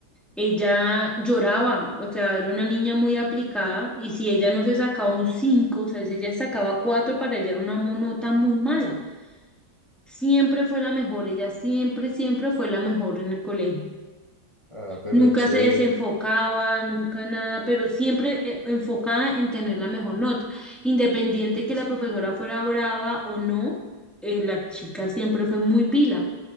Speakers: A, in the centre; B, on the left (about 50°).
A: ella lloraba, o sea, era una niña muy aplicada y si ella no se sacaba un 5, o sea, si ella sacaba 4 para ella era una mo- nota muy mala. Siempre fue la mejor, ella siempre, siempre fue la mejor en el colegio.
B: Ah, pero
A: Nunca
B: chévere.
A: se desenfocaba, nunca nada, pero siempre eh, enfocada en tener la mejor nota. Independiente que la profesora fuera brava o no, eh, la chica siempre fue muy pila.